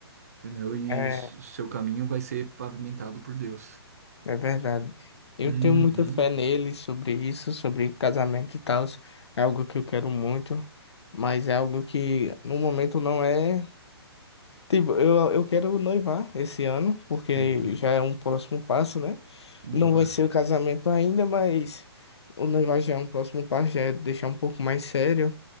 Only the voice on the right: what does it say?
entendeu? E
s- seu caminho vai ser pavimentado por Deus.
Uhum,
uhum.
Boa.